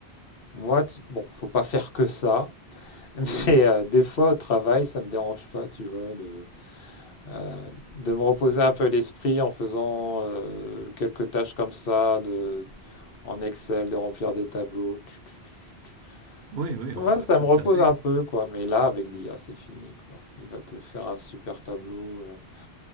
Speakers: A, on the left; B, on the right.
A: moi, tu- bon, faut pas faire que ça, <laughs> mais euh, des fois au travail, ça me dérange pas, tu vois, de, euh, de me reposer un peu l'esprit en faisant euh, quelques tâches comme ça, de, en Excel, de remplir des tableaux. Tch, tch, tch,
B: Oui, oui,
A: tch.
B: oh,
A: Ouais,
B: bah,
A: ça
B: tout
A: me repose
B: à fait.
A: un peu, quoi. Mais là, avec l'IA, c'est fini, quoi. Il va te faire un super tableau, euh,